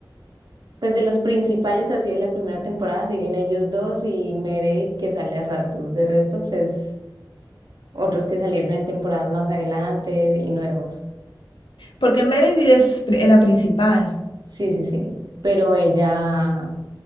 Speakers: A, on the right; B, on the left.
A: Pues de los principales así de la primera temporada siguen ellos dos y Meredith que sale a ratos. De resto, pues otros que salieron en temporadas más adelante y nuevos.
B: Porque Meredith es pri- era principal.
A: Sí, sí, sí. Pero ella